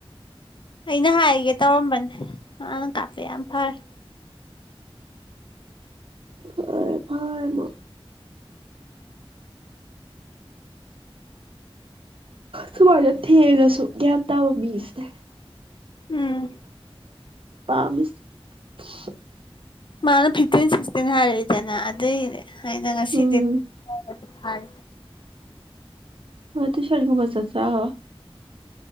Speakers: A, on the left; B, on the right.
A: ꯑꯩꯅ ꯍꯥꯏꯒꯦ ꯇꯧꯔꯝꯕꯅꯦ ꯃꯅ ꯀꯥꯄꯦ ꯌꯥꯝ ꯐꯔꯦ
B: ꯑ ꯐꯔꯦ ꯐꯔꯦ ꯑꯃ ꯁꯨꯃꯥꯏꯅ ꯊꯦꯡꯉꯁꯨ ꯒꯌꯥꯟ ꯇꯥꯕ ꯃꯤꯁꯤꯅꯦ
A: ꯎꯝ
B: <unintelligible> <unintelligible>
A: ꯃꯥ ꯐꯤꯐꯇꯤꯟ ꯁꯤꯛꯁꯇꯤꯟ ꯍꯥꯏꯔꯦ ꯗꯥꯅ ꯑꯗꯩ ꯍꯥꯏꯅ ꯉꯁꯤꯗꯤ
B: ꯎꯝ
A: ꯍꯥꯏ
B: ꯃꯥ ꯇ꯭ꯌꯨꯁꯟꯒꯨꯝꯕ ꯆꯠꯆꯔꯣ